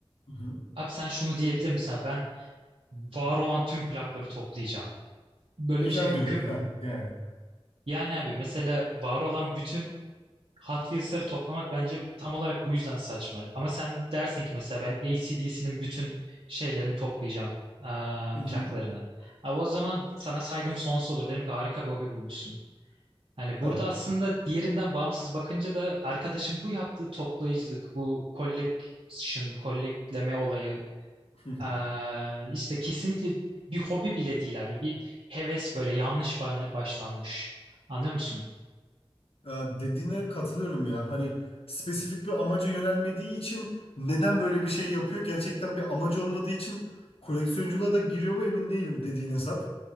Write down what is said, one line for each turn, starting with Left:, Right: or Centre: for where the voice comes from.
Left: Hı hı.
Right: Abi sen şunu diyebilir misin abi ben var olan tüm plakları toplayacağım. Böyle
Left: İmkanı
Right: bir şey mümkün
Left: yok.
Right: mü?
Left: Ha yani.
Right: Yani abi mesela var olan bütün Hot Wheels'ları toplamak bence tam olarak bu yüzden saçma. Ama sen dersin ki mesela ben AC/DC'nin bütün şeylerini toplayacağım. eee,
Left: Hı hı.
Right: plaklarını. Abi o zaman sana saygım sonsuz olur. Derim ki harika bir hobi bulmuşsun. Hani
Left: Ha.
Right: burada aslında diğerinden bağımsız bakınca da arkadaşın bu yaptığı toplayıcılık, bu collection, collectleme olayı
Left: <laughs>
Right: eee, işte kesinlikle bir hobi bile değil abi. Bir heves böyle yanlış ba- başlanmış. Anlıyor musun?
Left: Ya dediğine katılıyorum ya. Hani spesifik bir amaca yönelmediği için neden böyle bir şey yapıyor? Gerçekten bir amacı olmadığı için koleksiyonculuğa da giriyor mu emin değilim dediğin hesap.